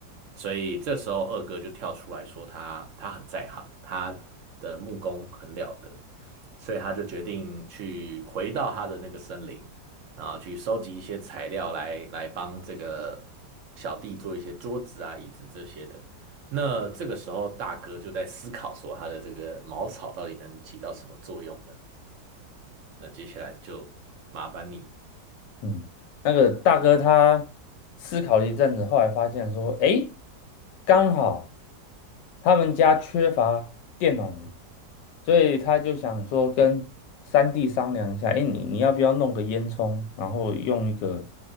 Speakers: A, on the right (about 55°); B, on the left (about 80°).
A: 所以这时候二哥就跳出来说他他很在行，他的木工很了得，所以他就决定去回到他的那个森林，然后去收集一些材料来来帮这个小弟做一些桌子啊、椅子这些的。那这个时候，大哥就在思考说，他的这个茅草到底能起到什么作用呢？那接下来就麻烦你，
B: 嗯，那个大哥他思考了一阵子，后来发现说，诶，刚好他们家缺乏电暖炉，所以他就想说跟三弟商量一下，诶，你你要不要弄个烟囱，然后用一个